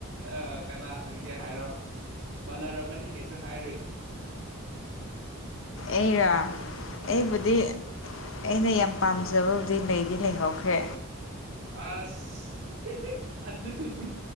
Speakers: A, on the right (about 50°); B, on the left (about 60°).
A: ꯑ ꯀꯅꯥ ꯑꯣꯏꯒꯦ ꯍꯥꯏꯔꯣ ꯃꯥꯟꯅꯔꯝꯃꯗꯤ ꯀꯩꯁꯨ ꯍꯥꯏꯔꯣꯏꯁꯦ
B: ꯑꯩꯔꯣ
A: ꯑ
B: ꯑꯩꯕꯨꯗꯤ ꯑꯩꯅ ꯌꯥꯝ ꯄꯥꯝꯖꯕꯕꯨꯗꯤ ꯂꯩꯗꯤ ꯂꯩꯍꯧꯈ꯭ꯔꯦ
A: ꯑꯁ ꯑꯗꯨꯗꯤ